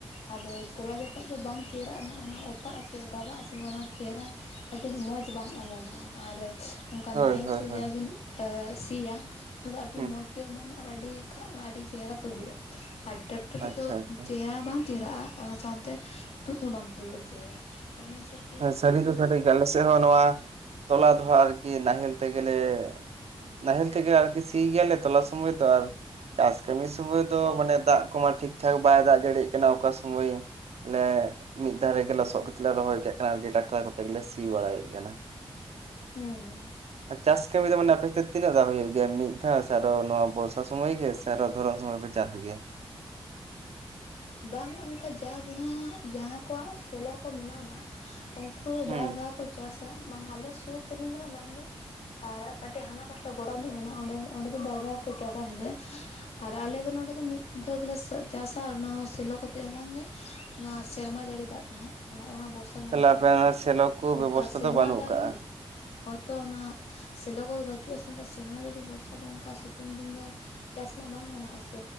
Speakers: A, on the left (about 90°); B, on the right (about 80°).
A: ᱟᱫᱚ ᱛᱚᱞᱟ ᱡᱚᱠᱷᱚᱡ ᱫᱚ ᱵᱟᱝ ᱪᱮᱦᱨᱟᱜ ᱚᱱᱟ ᱚᱛᱟᱜ ᱟᱥᱮ ᱫᱟᱵᱟᱜᱼᱟ, ᱥᱮ ᱚᱱᱟ ᱪᱮᱦᱨᱟ ᱟᱹᱰᱤ ᱢᱚᱡᱽ ᱵᱟᱝ ᱚᱢᱚᱱᱚᱜᱼᱟ ᱟᱨ, ᱚᱱᱠᱟ
B: ᱦᱳᱭ
A: ᱱᱟᱦᱮᱞ
B: ᱦᱳᱭ
A: ᱛᱮ
B: ᱦᱳᱭ
A: ᱡᱟ ᱵᱤᱱ ᱥᱤᱭᱟ ᱚᱱᱟ ᱫᱚ ᱟᱹᱰᱤ
B: ᱦᱩᱸ
A: ᱢᱚᱡᱽ, ᱜᱮ ᱚᱢᱚᱱᱚᱜᱼᱟ ᱟᱨ ᱟᱹᱰᱤ ᱟᱹᱰᱤ ᱪᱮᱦᱨᱟ ᱛᱩᱫᱩᱜᱼᱟ ᱾ ᱟᱨ ᱴᱮᱠ ᱠᱚᱛᱮ
B: ᱟᱪᱪᱷᱟ
A: ᱫᱚ
B: ᱟᱪᱪᱷᱟ
A: ᱪᱮᱦᱨᱟ ᱵᱟᱝ ᱪᱮᱦᱨᱟᱜᱼᱟ ᱚᱱᱟ ᱥᱟᱶ ᱛᱮ ᱛᱩᱫ ᱦᱚᱸ ᱵᱟᱝ ᱛᱩᱫᱩᱜᱼᱟ ᱪᱮᱦᱨᱟ ᱛᱚ ᱚᱱᱟ ᱦᱤᱥᱟᱹᱵᱽ
B: ᱮ ᱥᱟᱹᱨᱤ ᱫᱚ ᱥᱟᱹᱨᱤ ᱜᱮ ᱟᱞᱮ ᱥᱮᱫ ᱦᱚᱸ ᱱᱚᱣᱟ ᱛᱚᱞᱟ ᱫᱚᱦᱚ ᱟᱨᱠᱤ ᱱᱟᱦᱮᱞ ᱛᱮᱜᱮ ᱞᱮ ᱱᱟᱦᱮᱞ ᱛᱮᱜᱮ ᱟᱨᱠᱤ ᱥᱤ ᱜᱮᱭᱟᱞ ᱛᱚᱞᱟ ᱥᱚᱢᱚᱭ ᱛᱚ ᱟᱨ ᱪᱟᱥ ᱠᱟᱹᱢᱤ ᱥᱳᱢᱳᱭ ᱫᱚ ᱢᱟᱱᱮ ᱫᱟᱜ ᱠᱚᱢᱟ ᱴᱷᱤᱠ ᱴᱷᱟᱠ ᱵᱟᱭ ᱫᱟᱜ ᱡᱟᱲᱤᱭᱮᱜ ᱠᱟᱱᱟ ᱚᱠᱟ ᱥᱳᱢᱳᱭ ᱟᱞᱮ ᱢᱤᱫ ᱫᱷᱟᱨᱮ ᱜᱮ ᱞᱚᱥᱚᱫ ᱠᱟᱛᱮ ᱞᱮ ᱨᱚᱦᱚᱭ ᱠᱮᱫ ᱴᱟᱠᱴᱟᱨ ᱠᱚᱛᱮ ᱜᱮᱞᱮ ᱥᱤ ᱵᱟᱲᱟᱭᱮᱫ ᱠᱟᱱᱟ
A: ᱦᱩᱸ
B: ᱪᱟᱥ ᱠᱟᱹᱢᱤ ᱫᱚ ᱢᱟᱱᱮ ᱟᱯᱮ ᱥᱮᱛ ᱛᱤᱱᱟᱹᱜ ᱫᱷᱟᱣ ᱦᱩᱭᱩᱜ ᱜᱮᱭᱟ ᱢᱤᱫ ᱫᱷᱟᱣ ᱥᱮ ᱟᱨᱚ ᱱᱚᱣᱟ ᱵᱚᱨᱥᱟ ᱥᱚᱢᱚᱭ ᱜᱮ ᱥᱮ ᱟᱨᱚ ᱫᱷᱚᱨᱚᱱ ᱥᱚᱢᱚᱭ ᱯᱮ ᱪᱟᱥ ᱜᱮᱭᱟ ᱾
A: ᱵᱟᱝ ᱚᱱᱠᱟ ᱡᱟ ᱫᱚ ᱦᱟᱸᱜ ᱡᱟᱦᱟᱸ ᱠᱚᱣᱟᱜ ᱥᱮᱞᱳ ᱠᱚ ᱢᱮᱱᱟᱜᱼᱟ ᱱᱟᱦᱟᱜ ᱩᱱᱠᱩ ᱫᱚ
B: ᱦᱩᱸ
A: ᱵᱟᱨ ᱫᱷᱟᱣ ᱠᱚ ᱪᱟᱥᱟ ᱵᱟᱝ ᱟᱞᱮ ᱥᱩᱨ ᱠᱚᱨᱮᱱ ᱫᱚ ᱵᱟᱝ ᱜᱮ ᱾ ᱟᱨ ᱠᱟᱹᱴᱤᱡ ᱦᱟᱱᱟ ᱯᱟᱥᱴᱟ ᱜᱚᱰᱟ ᱧᱚᱜ ᱢᱮᱱᱟᱜᱼᱟ ᱚᱸᱰᱮ ᱚᱸᱰᱮ ᱫᱚ ᱵᱟᱨ ᱫᱷᱟᱣ ᱠᱚ ᱪᱟᱥᱟ ᱦᱮᱸᱥᱮ ᱟᱨ ᱟᱞᱮ ᱫᱚ ᱱᱚᱰᱮ ᱫᱚ ᱢᱤᱫ ᱫᱷᱟᱹᱣ ᱜᱮᱞᱟ ᱥᱟᱼ ᱪᱟᱥᱟ ᱟᱨ ᱚᱱᱟ ᱦᱚᱸ ᱥᱮᱞᱚ ᱠᱟᱛᱮ ᱦᱚᱸ ᱵᱟᱝᱜᱮ ᱚᱱᱟ ᱥᱮᱨᱢᱟ ᱡᱟᱹᱲᱤ ᱫᱟᱜ ᱠᱷᱚᱱᱟ ᱚᱱᱟ ᱚᱱᱟ ᱵᱚᱨᱥᱟ <unintelligible>
B: ᱛᱟᱦᱞᱮ
A: ᱞᱮ
B: ᱟᱯᱮ
A: ᱪᱟᱥᱟ
B: ᱚᱱᱟ ᱥᱮᱞᱚ
A: ᱾
B: ᱠᱚ
A: ᱚᱱᱠᱟ
B: ᱵᱮᱵᱚᱥᱛᱷᱟ
A: ᱥᱮᱨᱢᱟ
B: ᱫᱚ ᱵᱟᱹᱱᱩᱜ
A: ᱫᱟᱨᱮ
B: ᱠᱟᱜᱼᱟ
A: ᱦᱳᱭᱛᱳ ᱚᱱᱟ ᱥᱮᱞᱚ ᱠᱚᱫᱚ ᱵᱟᱹᱪᱩᱜ ᱟ ᱥᱮ ᱥᱮᱨᱢᱟ ᱡᱟᱹᱲᱤ ᱵᱚᱨᱥᱟ ᱫᱚ ᱚᱱᱠᱟ ᱥᱤᱛᱩᱝ ᱫᱤᱱ ᱫᱚ ᱪᱟᱥ ᱢᱟ ᱵᱟᱝ ᱜᱟᱱᱚᱜᱼᱟᱥᱮ